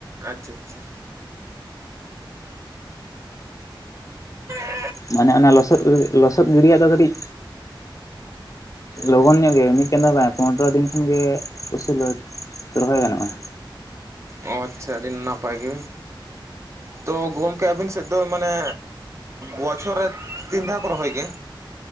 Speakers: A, on the right; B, on the left.
A: ᱟᱹᱪᱪᱷᱟ ᱟᱹᱪᱪᱷᱟ <unintelligible>
B: ᱢᱟᱱᱮ ᱚᱱᱟ ᱞᱚᱥᱚᱫ ᱞᱚᱥᱚᱫ ᱜᱤᱰᱤᱭᱟᱜ ᱫᱚ ᱠᱟᱹᱴᱤᱡ ᱞᱚᱜᱚᱱ ᱧᱚᱜ ᱜᱮ, ᱢᱤᱫ ᱪᱟᱹᱫᱚ ᱵᱟᱭ ᱯᱚᱱᱨᱚ ᱫᱤᱱ ᱠᱷᱟᱱᱜᱮ ᱩᱥᱩᱞᱟᱹ᱾ ᱨᱚᱦᱚᱭ ᱜᱟᱱᱚᱜᱼᱟ᱾
A: ᱚ ᱟᱪᱪᱷᱟ ᱟᱹᱰᱤ ᱱᱟᱯᱟᱭ ᱜᱤ᱾ ᱛᱚ ᱜᱚᱢᱠᱮ ᱟᱵᱤᱱ ᱥᱮᱫ ᱫᱚ ᱢᱟᱱᱮ, ᱵᱚᱪᱷᱚᱨ ᱨᱮ ᱛᱤᱱ ᱫᱷᱟᱣ ᱠᱚ ᱨᱚᱦᱚᱭ ᱜᱮᱭᱟ?